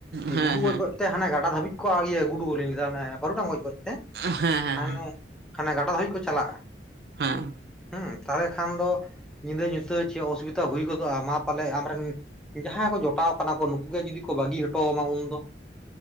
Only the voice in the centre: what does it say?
ᱜᱩᱰᱩ ᱜᱚᱡ
ᱜᱚᱡ ᱛᱮ ᱦᱟᱱᱮ ᱜᱟᱰᱟ ᱫᱷᱟᱵᱤᱡ ᱠᱚ ᱤᱭᱟᱹ ᱜᱩᱰᱩ ᱜᱚᱡ ᱞᱤᱧ ᱞᱟ. ᱭᱫᱟ ᱚᱱᱮ ᱵᱟᱨᱩᱰᱟᱝ ᱜᱚᱡ ᱜᱚᱡ ᱛᱮ
ᱦᱟᱱᱮ
ᱦᱟᱱᱮ ᱜᱟᱰᱟ ᱫᱷᱟᱵᱤᱡ ᱠᱚ ᱪᱟᱞᱟᱜᱼᱟ᱾
ᱦᱩᱸ ᱛᱟᱦᱚᱞᱮ ᱠᱷᱟᱱ ᱫᱚ ᱧᱤᱫᱟᱹ ᱧᱩᱛᱟᱹ ᱪᱮ ᱚᱥᱩᱵᱤᱛᱟ ᱦᱩᱭ ᱜᱚᱫᱚᱜᱼᱟ ᱢᱟ ᱯᱟᱞᱮ ᱟᱢᱨᱮᱱ ᱡᱟᱦᱟᱸᱭ ᱠᱚ ᱡᱚᱴᱟᱣ ᱠᱟᱱᱟ ᱠᱚ ᱱᱩᱠᱩ ᱜᱮ ᱡᱩᱫᱤ ᱠᱚ ᱵᱟᱜᱤ ᱦᱚᱴᱚ ᱟᱢᱟ ᱩᱱ ᱫᱚ?